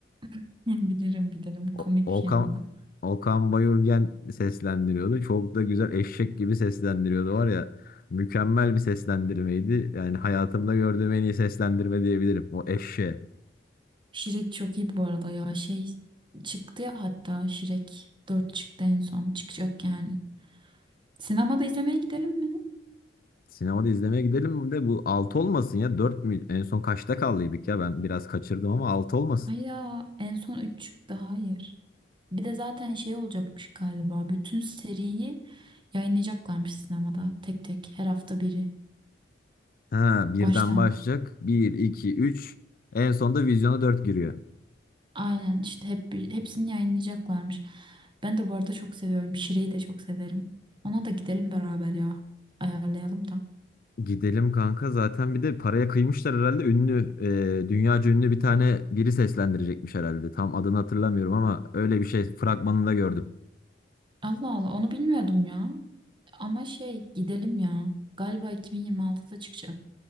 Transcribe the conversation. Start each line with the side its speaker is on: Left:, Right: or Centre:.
Right: <laughs> Bilirim bilirim.
Left: O-
Right: Komik
Left: Okan
Right: bir film o da.
Left: Okan Bayülgen seslendiriyordu. Çok da güzel eşek gibi seslendiriyordu var ya. Mükemmel bir seslendirmeydi. Yani hayatımda gördüğüm en iyi seslendirme diyebilirim. O eşeğe.
Right: Şirek çok iyi bu arada ya. Şey çıktı ya hatta Şirek dört çıktı en son. Çıkacak yani. Sinemada izlemeye gidelim mi?
Left: Sinemada izlemeye gidelim de bu 6 olmasın ya. dört mü? En son kaçta kaldıydık ya? Ben biraz kaçırdım ama 6 olmasın.
Right: Ay ya en son 3 çıktı hayır. Bir de zaten şey olacakmış galiba. Bütün seriyi yayınlayacaklarmış sinemada. Tek tek her hafta biri.
Left: Ha, birden
Right: Baştan.
Left: başlayacak. bir iki üç En sonunda vizyona 4 giriyor.
Right: Aynen işte hep hepsini yayınlayacaklarmış. Ben de bu arada çok seviyorum. Şire'yi de çok severim. Ona da gidelim beraber ya. Ayarlayalım da.
Left: Gidelim kanka zaten bir de paraya kıymışlar herhalde ünlü e, dünyaca ünlü bir tane biri seslendirecekmiş herhalde tam adını hatırlamıyorum ama öyle bir şey fragmanında gördüm.
Right: Allah Allah onu bilmiyordum ya. Ama şey gidelim ya. Galiba 2026'da çıkacak.